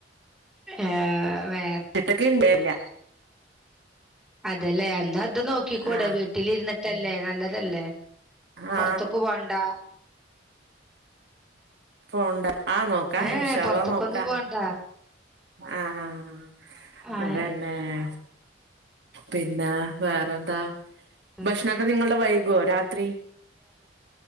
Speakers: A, in the centre; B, on the right (about 65°).
A: ഏ വേ
B: <unintelligible> ഇണ്ടേല്ല
A: അതെലേ എന്നാ അത് നോക്കിക്കൂടെ
B: ആ
A: വീട്ടിലിരുന്നിട്ടല്ലേ നല്ലതല്ലേ പൊറ്ത്ത്ക്ക്
B: ആ
A: പോണ്ടാ
B: പോണ്ടാ ആഹ് നോക്കാം
A: ഏഹ്
B: ഇർഷാ
A: പൊറത്ത്ക്കൊന്നും
B: അള്ളാ നോക്കാം
A: പോണ്ട
B: ആഹ്
A: ആഹ്
B: അതന്നെ ഏ പിന്നെ വേറെന്താ
A: അങ്ങനെ
B: ഭക്ഷണൊക്കെ നിങ്ങളുടെ വൈകുവോ രാത്രി